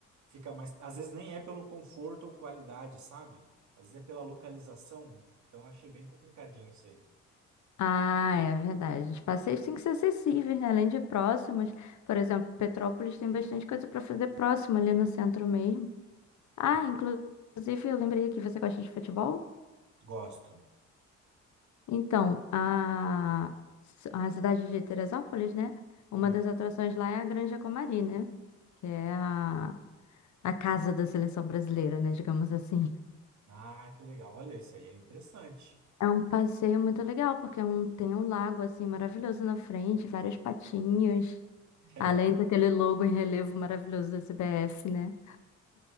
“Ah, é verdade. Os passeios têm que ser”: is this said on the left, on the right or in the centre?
Left